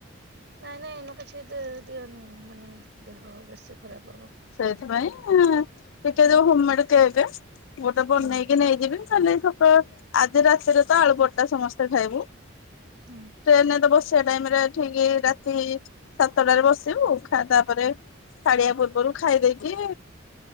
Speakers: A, on the right; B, on the left.
A: ନାଇଁ ନାଇଁ ଏଇନୁ କିଛି ଦିଅନି ମାନେ ଦେହ ବେଶି ଖରାପ ହବ
B: ସେଇଥିପାଇଁ ଟିକେ ଯ ହୋମମେଡ କେକ୍ ଗୋଟେ ବନେଇକି
A: ହୁଁ
B: ନେଇଯିବି କାଲି ସକାଳ ଆଜି ରାତିରେ ତ ଆଳୁ ପଟଟା ସମସ୍ତେ ଖାଇବୁ
A: ହୁଁ
B: ଟ୍ରେନରେ ତ ବସ ସେ ଟାଇମ୍ ରେ ଠିକ୍ ରାତି ସାତଟାରେ ବସିବୁ ତାପରେ ଛାଡ଼ିବା ପୂର୍ବ ଖାଇଦେଇକି